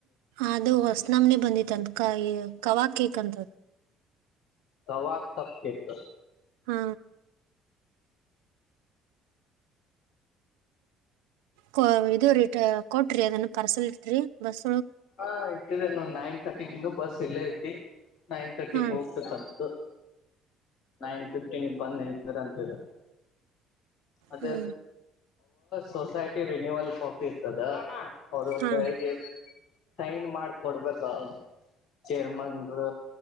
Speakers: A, on the right (about 65°); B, on the left (about 50°).
A: ಅದು ಹೊಸ ನಮ್ನೆ ಬಂದಿತ್ ಅಂತ. ಕಯ ಖವ ಕೇಕ್ ಅಂತ.
B: ತವಾ ತಪ್ ಕೇಕ್.
A: ಹಾ ಕೋವ ಇದು ರಿ ಕೋಟ್ರಿ ಅದನ್ ಕರಸದಿತ್ರಿ ಬಸ
B: ಹಾ ಇದನ್ನು ನೈನ್ ಥರ್ಟಿಗ ಇನ್ನೂ. ಬಸ್ ಇಲ್ಲೆ ಐತಿ. ನೈನ್ ಥರ್ಟಿ
A: ಹಾಂ
B: ಫೋರ್ ನೈನ್ ಫಿಫ್ಟೀನ್ ಬಂದ ನಿಂದ್ರ ಅಂತಿದ. ಅದೆ
A: ಹ್ಞೂ
B: ಸೊಸೈಟಿ ರಿನ್ಯೂವಲ್ ಕಾಪಿ. ತ್ತದ ಅವರು
A: ಹಾಂ
B: ಬೆಳಗ್ಗೆ. ಸೈನ್ ಮಾಡ ಕೊಡ್ಬೇಕ ಚೆರ್ಮ್ನರ